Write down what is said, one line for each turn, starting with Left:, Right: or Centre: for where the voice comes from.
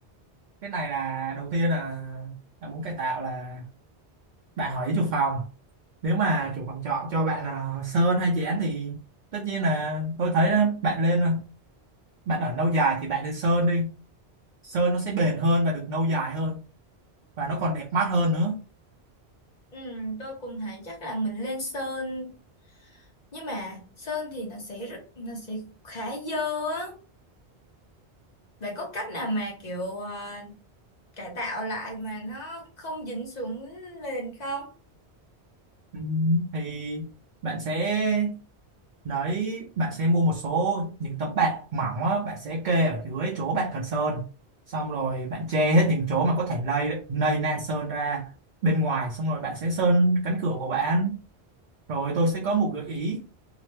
Right: Cái này là đầu tiên là bạn muốn cải tạo là bạn hỏi ý chủ phòng nếu mà chủ phòng trọ cho bạn là sơn hay chén thì tất nhiên là tôi thấy đó, bạn lên bạn ở lâu dài thì bạn lên sơn đi sơn nó sẽ bền hơn và được lâu dài hơn và nó còn đẹp mắt hơn nữa
Left: Ừ tôi cũng thấy chắc là mình lên sơn Nhưng mà sơn thì nó sẽ rất, nó sẽ khá dơ á Bạn có cách nào mà kiểu à, cải tạo lại mà nó không dính xuống nền không?
Right: Ừ, thì bạn sẽ lấy bạn sẽ mua một số những tấm bạt mỏng á, bạn sẽ kê ở dưới chỗ bạn cần sơn xong rồi bạn che hết những chỗ mà có thể lây lây nan sơn ra bên ngoài xong rồi bạn sẽ sơn cánh cửa của bạn rồi tôi sẽ có một gợi ý